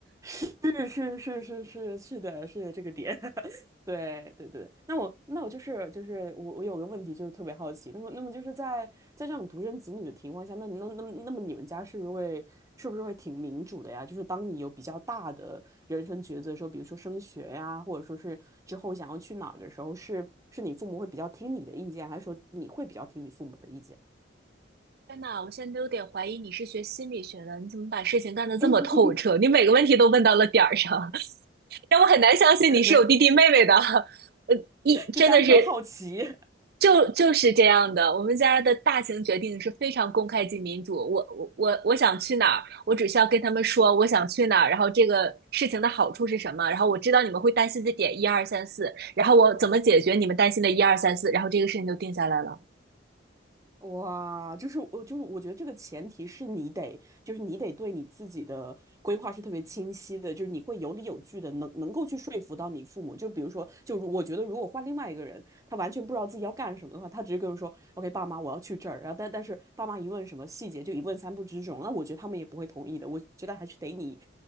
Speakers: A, on the right; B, on the right.
A: 是是是是是是的，是的这个点，<laughs> 对对对。那我那我就是就是我我有个问题，就是特别好奇。那么那么就是在在这种独生子女的情况下，那你那那么那么你们家是不是会是不是会挺民主的呀？就是当你有比较大的人生抉择的时候，比如说升学呀，或者说是之后想要去哪儿的时候，是是你父母会比较听你的意见，还是说你会比较听你父母的意见？
B: 天呐，我现在都有点怀疑你是学心理学的，你怎么把事情干的这么透彻？
A: <laughs>
B: 你每个问题都问到了点儿上，<laughs> 让我很难相信你是有弟弟妹妹的。
A: 没有，
B: <laughs> 呃，一真的是
A: 就单纯好奇。
B: 就就是这样的，我们家的大型决定是非常公开及民主。我我我我想去哪儿，我只需要跟他们说我想去哪儿，然后这个事情的好处是什么，然后我知道你们会担心的点一二三四，然后我怎么解决你们担心的一二三四，然后这个事情就定下来了。
A: 哇，就是我，就是我觉得这个前提是你得，就是你得对你自己的规划是特别清晰的，就是你会有理有据的，能能够去说服到你父母。就比如说，就如我觉得如果换另外一个人，他完全不知道自己要干什么的话，他直接跟我说：“OK，爸妈，我要去这儿。”然后但但是爸妈一问什么细节，就一问三不知这种，那我觉得他们也不会同意的。我觉得还是得你，